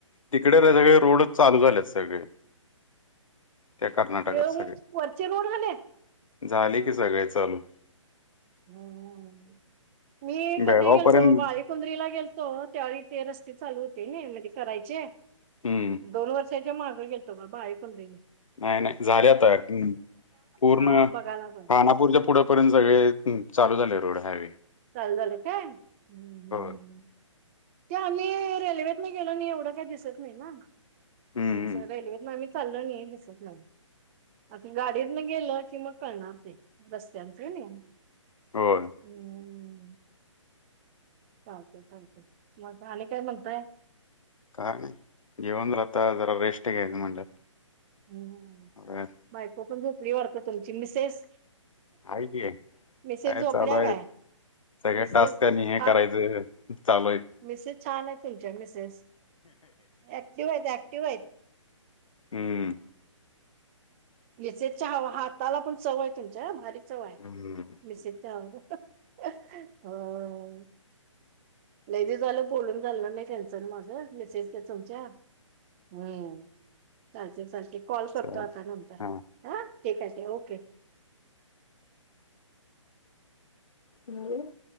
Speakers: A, on the left (about 85°); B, on the right (about 25°).
A: तिकडे सगळे रोडच चालू झालेत सगळे. त्या कर्नाटकात
B: व्हयच
A: सगळे.
B: वरचे रोड घले.
A: झाले की सगळे चालू.
B: ह मी
A: बेळगाव
B: कधी गेलतो
A: पर्यंत
B: बाई कुंद्रीला गेलतो तेव्हा त्यावेळी ते रस्ते चालू होते ना म्हणजे करायचे,
A: हम्म
B: दोन वर्षाच्या मागं गेलतो बा बाई पंरीला.
A: नाही नाही झाल्या आता ह पूर्ण
B: हा
A: रानात
B: बघायला पण
A: गपूरच्या पुढपर्यंत सगळे चालू झाले रोड हायवे.
B: चालू झाले काय हम्म.
A: हो
B: ते आणी रेल्वेन गेलो आणि एवढं काही दिसत नाही ना
A: हम्म हम्म.
B: असं रेल्वेतन आणिक चाललो णी दिसत नाही. आता गाडीत न गेल की मग कळणार ते रस्त्यांचे हणी.
A: होय.
B: हम्म चालतय चालतय मग आणि काय म्हणतय.
A: काय नाय निवांत आता जरा रेस्ट घ्यायचं म्हणलं.
B: हम्
A: होय.
B: बायको पण झोपली वाढत तुमची मिसेस.
A: हाय की काय
B: मिसेस झोपल्या
A: चालू हाय
B: काय
A: सगळ्या
B: मिसेस
A: टास्क तेन हे
B: हा
A: करायचं. चालूयत.
B: मिसेस छान आहेत तुमच्या मिसेस ऍक्टिव्ह हायत ऍक्टिव्ह हायत.
A: हम्म
B: मेसेसच्या हवा हाताला पण चव हाय तुमच्या भारी चव हाय
A: हम्म
B: मिसेस च्या ह. ह लय दिस झालं बोलून झालणार नाही त्यांच अण माझ मिसेस च तुमच्या हम्म चालतय चालतय. कॉल करतो
A: चालेल
B: आता नंतर
A: हा
B: ह ठीक हाय ओके.
A: हे <unintelligible>